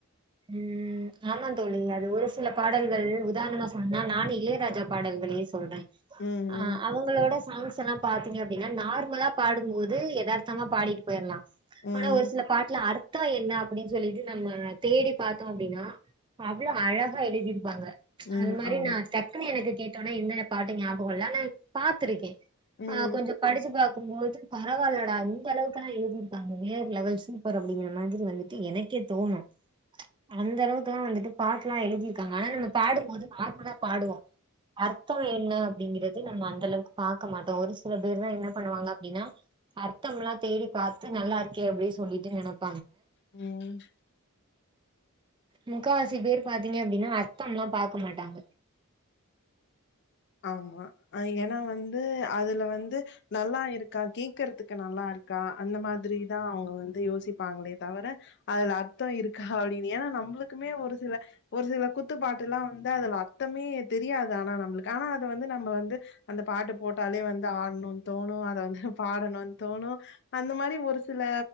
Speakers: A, on the right; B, on the left.
A: ம் ஆமா தோழி அது ஒரு சில பாடல்கள் உதாரணமா ச நானு இளையராஜா பாடல்களே சொல்றே
B: ம்
A: அ
B: ம்
A: அவங்ளோட சாங்ஸ் எல்லா பார்த்தீங்க அப்டின்னா நார்மலா பாடும்போது எதார்த்தமா பாடிட் போயர்லா
B: ம்
A: ஆனா ஒரு சில பாட்லா அர்த் தோ என்ன அப்புடின் சொல்லிட்டு நம்ம தேடிப் பாத்தோ அப்டினா அவ்ளோ அழகா எழுதிருப்பாங்க
B: ம்
A: அது மாரி
B: ஆமா.
A: நா டக்குனு எனக்கு கேட் என்ன பாட்டு ஞாபகம் இல்ல <unintelligible> பாத்துருக்கே
B: ம்
A: ஆ கொஞ்சம் படிச்சு பா அப்போது பரவாயில்லடா இந்தளவுக்கல்லா எழுதி நாங்க வேற லெவல்ஸ் போறோம் <unintelligible> அப்டிங்கற மாதிரி வந்துட்டு எனக்கே தோணும் அந்த அளவுக்கெல்லாம் வந்துட்டு பாட்டுலா எழுதிருக்காங்க ஆனா நம்ம பாடும்போது நார்மலா பாடுவோம் அர்த்தம் என்ன அப்படிங்கிறது நம்ம அந்த அளவுக்கு பாக்க மாட்டோ ஒரு சில பேர் தா என்ன பண்ணுவாங்க அப்டின்னா அர்த்தமெலா தேடி பார்த்து நல்லா இருக்கே அப்டி சொல்லிட்டு நனப்
B: ம்
A: முக்காசி பேர் பாத்தீங்க அப்டின்னா அர்த்தமெலாம் பார்க்க மாட்டாங்க
B: ஆமா ஏனா வந்து அதுல வந்து நல்லா இருக்கா கேக்கறதுக்கு நல்லாருக்கா அந்த மாதிரிதா அவுங்க வந்து யோசிப்பாங்களே தவிர அதுல அர்த்தோ இருக்கா அப்டின்னு ஏனா நம்முளுக்குமே ஒரு சில ஒரு சில குத்துப்பாட்டெல்லா வந்து அதுல அர்த்தமே தெரியாது ஆனா நம் <unintelligible> ஆனா அது வந்து நம்ம வந்து அந்த பாட்டு போட்டாலே வந்து ஆடணும்னு தோணும் அத வந்து பாடணும் தோணும் அந்த மாரி ஒரு சில